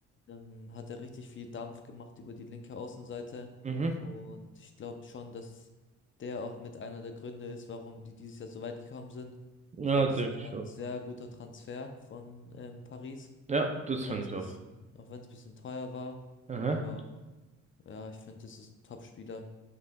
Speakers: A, on the left; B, on the right.
A: ähm, hat er richtig viel Dampf gemacht über die linke Außenseite.
B: mhm,
A: Und ich glaube schon, dass der auch mit einer der Gründe ist, warum die dieses Jahr so weit gekommen sind.
B: ja,
A: Ich fand,
B: denke
A: es war
B: ich
A: ein
B: auch.
A: sehr guter Transfer von ähm, Paris,
B: Ja, das
A: auch wenn
B: finde
A: es
B: ich
A: bisschen,
B: auch.
A: auch wenn es bisschen teuer war,
B: Aha.
A: aber ja, ich finde, das ist ein Top-Spieler.